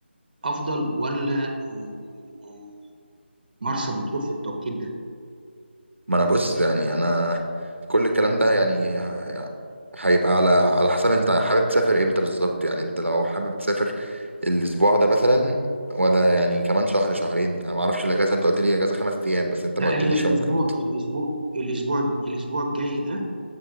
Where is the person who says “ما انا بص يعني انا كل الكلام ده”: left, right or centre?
Right